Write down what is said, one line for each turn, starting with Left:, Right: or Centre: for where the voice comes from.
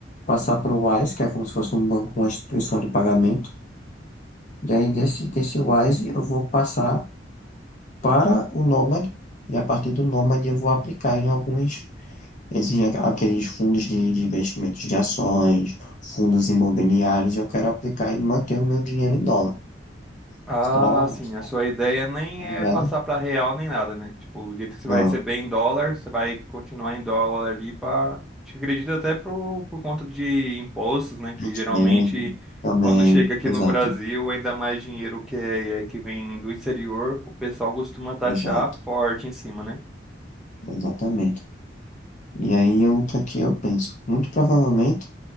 Left: passar para o Wise, que é como se fosse um banco, uma instituição de pagamento. E aí desse, desse Wise eu vou passar para o Nomad, e a partir do Nomad eu vou aplicar em alguns, exige aqueles fundos de, de investimentos de ações, fundos imobiliários, eu quero aplicar e manter o meu dinheiro em dólar.
Centre: Ah,
Left: Só,
Centre: sim,
Left: só,
Centre: a sua ideia nem
Left: tá ligado?
Centre: é passar pra real nem nada, né? Tipo, o jeito que você
Left: Não,
Centre: vai receber em dólar, você vai continuar em dólar ali para Acho que acredito até por, por conta de impostos, né? Que
Left: rendimento
Centre: geralmente
Left: também,
Centre: quando chega aqui
Left: exato,
Centre: no Brasil, ainda mais dinheiro que, é, é, que vem do exterior, o pessoal costuma taxar
Left: exato,
Centre: forte em cima, né?
Left: exatamente. E aí eu, o que é que eu penso? Muito provavelmente